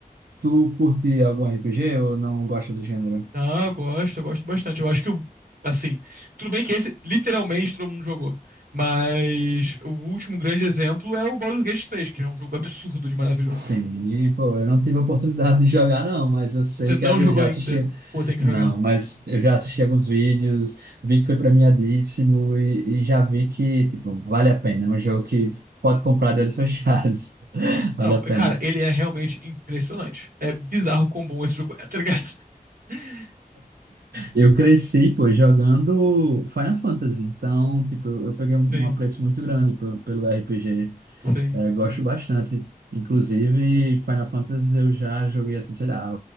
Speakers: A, on the right (about 90°); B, on the right (about 65°).
A: tu curte algum RPG ou não gosta do gênero?
B: Ah, eu gosto, eu gosto bastante. Eu acho que o, assim, tudo bem que esse literalmente todo mundo jogou, mas o último grande exemplo é o Baldur's Gate 3, que é um jogo absurdo de maravilhoso.
A: Sim, pô, eu não tive a oportunidade de jogar, não, mas eu sei
B: Você não
A: que eu
B: jogou
A: já
B: ainda,
A: assisti.
B: pô, tem que
A: Não,
B: jogar.
A: mas eu já assisti alguns vídeos, vi que foi premiadíssimo e, e já vi que, tipo, vale a pena. É um jogo que pode comprar de olhos fechados. <laughs> Vale
B: Não,
A: a pena.
B: é, cara, ele é realmente impressionante. É bizarro quão bom esse jogo é, tá ligado? <laughs>
A: Eu cresci, pô, jogando Final Fantasy, então, tipo, eu eu peguei um
B: Sim,
A: um apreço muito grande pe- pelo RPG.
B: sim.
A: É, gosto bastante. Inclusive, Final Fantasy eu já joguei assim, sei lá,